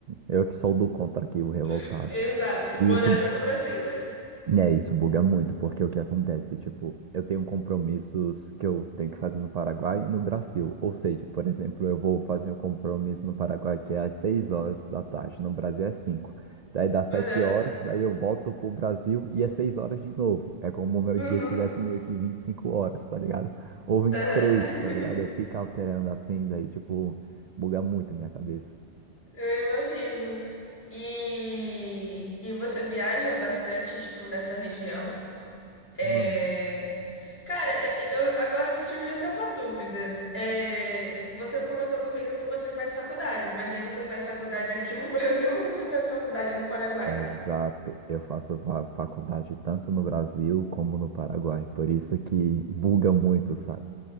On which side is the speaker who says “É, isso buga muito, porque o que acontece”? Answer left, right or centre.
Right